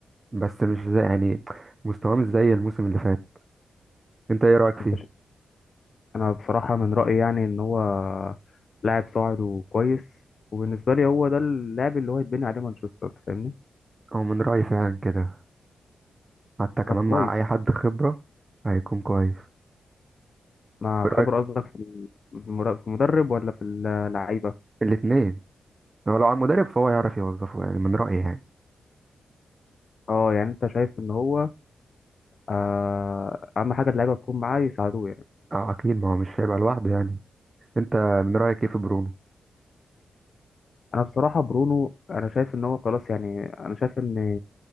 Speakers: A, on the right; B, on the left.
A: بس مش زي يعني مستواه مش زي الموسم اللي فات انت ايه رأيك فيه
B: انت ش... انا بصراحة من رأيي يعني ان هو لاعب صاعد وكويس وبالنسبة لي هو ده اللاعب اللي هو يتبني عليه مانشستر أنت فاهمني
A: هو من رأيي فعلا كده حتى كمان
B: طب كويس
A: مع اي حد خبرة هيكون كويس
B: مع
A: ورأيك
B: خبرة قصدك في المر- في المدرب ولا في اللعيبة؟
A: الاتنين هو لو على المدرب فهو يعرف يوظفه يعني من رأيي يعني
B: اه يعني انت شايف ان هو آه، اهم حاجة اللعيبة تكون معاه يساعدوه يعني
A: اه اكيد ما هو مش هيبقى لوحده يعني انت من رأيك ايه في برونو
B: انا بصراحة برونو انا شايف ان هو خلاص يعني انا شايف ان